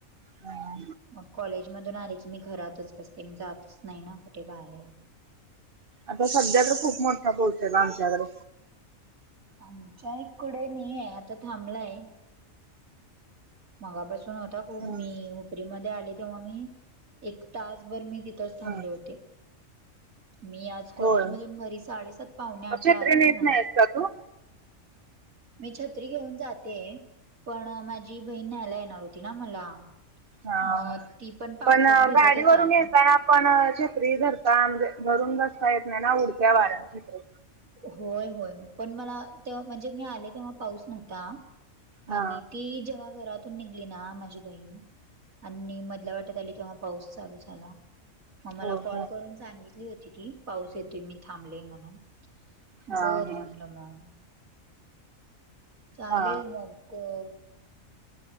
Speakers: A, on the right; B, on the right.
A: हा
B: मग कॉलेज मधून आले की मी घरातच बस ते, मी जातच नाही ना कुठे बाहेर.
A: आता सध्याकडे खूप मोठा पाऊस झाला आमच्याकडे.
B: आमच्या इकडे नाहीये, आता थांबलाय. मगापासून होता खूप,
A: हम्म.
B: मी हुपरी मध्ये आले, तेव्हा मी एक तासभर मी तिथंच थांबले
A: हम्म
B: होते, मी आज कॉलेज
A: होय.
B: मधून घरी साडेसात पाहउणे आठ
A: मग छत्री
B: ला आले
A: नीट
B: ना.
A: नाहीस का तू?
B: मी छत्री घेऊन जाते, पण माझी बहीण न्यायला येणार होती ना मला.
A: हां,
B: मग ती पावसात
A: पण
B: भिजतच
A: गाडीवररून
B: आली
A: येताना पण छत्री धरता, म्हणजे धरून बसता येत नाही ना, उडत्या वाऱ्यान छत्री.
B: होय होय, पण मला ते म्हणजे मी आले तेव्हा पाऊस नव्हता.
A: हा
B: आणि ती जेव्हा घरातून निघली ना, माझी बहीण आणि मी मधल्या वाटेत आली, तेव्हा पाऊस चालू झाला. मग मला
A: हो
B: कॉल
A: हा
B: करून सांगितली होती, ती पाऊस येतोय मी थांबले म्हणून.
A: हा
B: बरं
A: हा.
B: म्हणलं मग. चालेल
A: हा
B: मग, गं